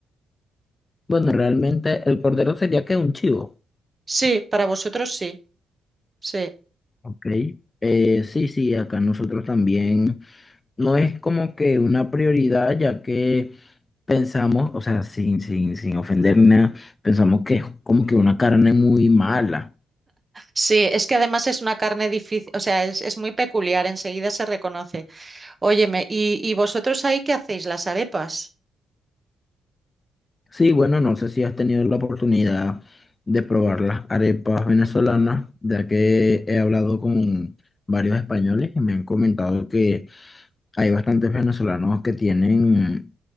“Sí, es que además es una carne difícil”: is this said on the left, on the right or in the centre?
Right